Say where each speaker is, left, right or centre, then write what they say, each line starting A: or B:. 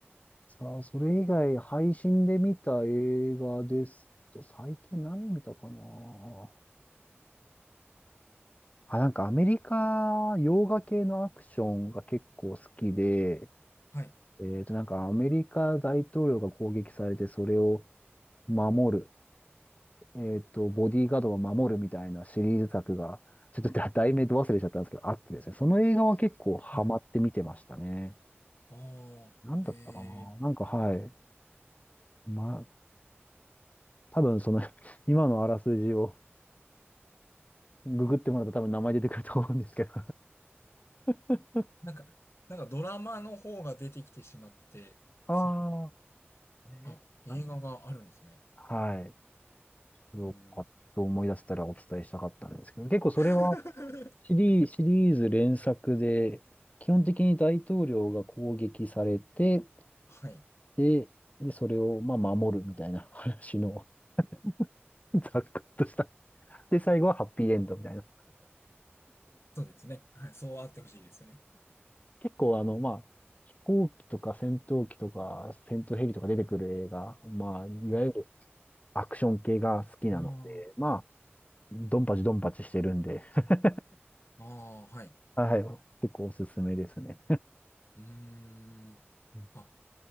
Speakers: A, on the left; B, on the left.
A: さあ、それ以外、配信で見た映画ですと、最近何見たかなあ、なんかアメリカ、洋画系のアクションが結構好きで、
B: はい、
A: えっと、なんかアメリカ大統領が攻撃されて、それを守る、えっと、ボディーガードを守るみたいなシリーズ作が、ちょっとだ題名ど忘れしちゃったんですけど、あってですね、その映画は結構ハマって見てましたね。
B: はい。ああ、
A: なんだったかななんかはい。
B: ええ、
A: まあ、多分その <laughs> 今のあらすじを、ググってもらうと多分名前出てくると思うんですけど。<laughs>
B: なんか、なんかドラマの方が出てきてしまって、
A: あ
B: そ、
A: あ。ねあ、
B: あ、映画があるんですね。
A: はい。それをパッと思い出せたらお伝えしたかったんですけど、
B: うーん
A: 結構それは
B: <laughs>
A: シリー、シリーズ連作で、基本的に大統領が攻撃されて、
B: はい。
A: で、で、それをまあ守るみたいな話の <laughs> ざっくっとした。で、最後はハッピーエンドみたいな。
B: そうですね。はい。そうあってほしいですね。
A: 結構あの、まあ、飛行機とか戦闘機とか戦闘ヘリとか出てくる映画、まあ、いわゆる
B: はい
A: アクション系が好きなので、
B: あ
A: まドンパチドンパチしてるんで、<laughs>
B: あ、ああ、はい。
A: はい。結構おすすめですね。
B: うーん。
A: うん
B: あ、